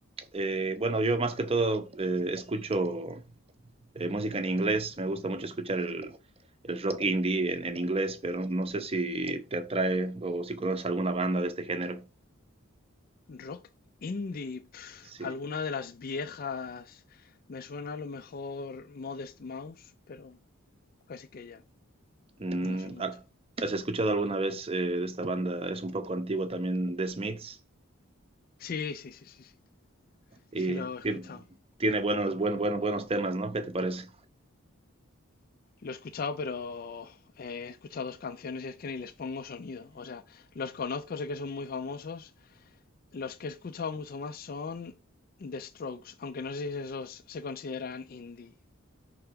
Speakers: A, on the right; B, on the left.
A: eh, bueno, yo más que todo eh, escucho eh, música en inglés, me gusta mucho escuchar el, el rock indie en, en inglés, pero no sé si te atrae o si conoces alguna banda de este género.
B: Rock indie, pf,
A: Sí.
B: alguna de las viejas. Me suena a lo mejor Modest Mouse, pero casi que ya,
A: Mm,
B: no sé mucho.
A: ah, ¿has escuchado alguna vez eh, de esta banda? Es un poco antigua también, The Smiths,
B: Sí, sí, sí, sí, sí,
A: y
B: sí lo he escuchado.
A: tiene, tiene buenos, buen- bueno- buenos temas, ¿no? ¿Qué te parece?
B: Lo he escuchado, pero eh, he escuchado dos canciones y es que ni les pongo sonido. O sea, los conozco, sé que son muy famosos. Los que he escuchado mucho más son The Strokes, aunque no sé si esos se consideran indie.